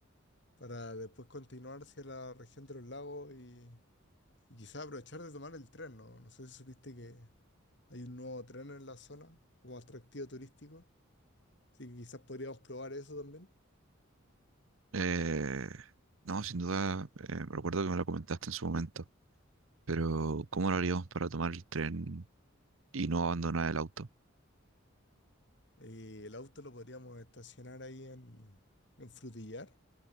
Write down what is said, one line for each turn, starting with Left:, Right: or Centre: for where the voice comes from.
Left: para después continuar hacia la región de los lagos y, y quizás aprovechar de tomar el tren, ¿no? No sé si supiste que hay un nuevo tren en la zona como atractivo turístico, así que quizás podríamos probar eso también.
Right: Eh, no, sin duda, eh, recuerdo que me lo comentaste en su momento, pero ¿cómo lo haríamos para tomar el tren y no abandonar el auto?
Left: Eh, el auto lo podríamos estacionar ahí en, en Frutillar.